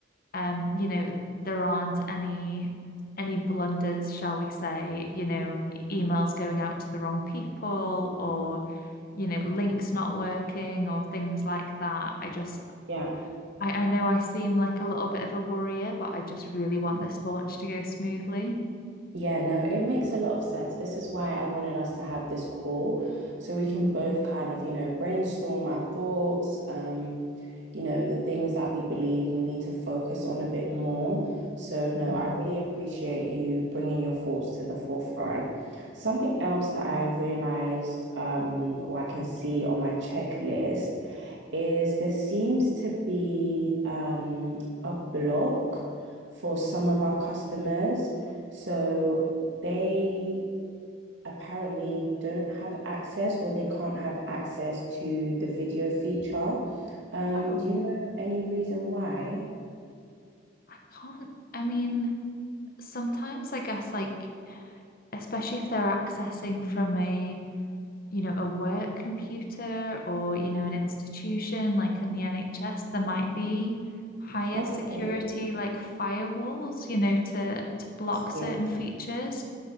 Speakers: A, on the left (about 55°); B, on the right (about 75°).
A: um, you know, there aren't any any blunders, shall we say, you know, e- emails going out to the wrong people or, you know, links not working or things like that. I just
B: Yeah.
A: I, I know I seem like a little bit of a worrier, but I just really want this launch to go smoothly.
B: Yeah, no, it makes a lot of sense. This is why I wanted us to have this call so we
A: Mm,
B: can both kind of, you know, brainstorm our thoughts, um, you know, the things that we believe we need to focus on a bit more. So,
A: mhm.
B: no, I really appreciate you bringing your thoughts to the forefront. Something else that I realized, um, or I can see on my checklist is there seems to be um, a block for some of our customers. So they apparently don't have access or they can't have access to the video feature. Um,
A: Oh,
B: do you know any reason why?
A: I can't. I mean, sometimes I guess like especially if they're accessing from a you know, a work computer or, you know, an institution like in the NHS, there might be higher
B: Okay.
A: security like firewalls, you know, to to block certain
B: Yes.
A: features.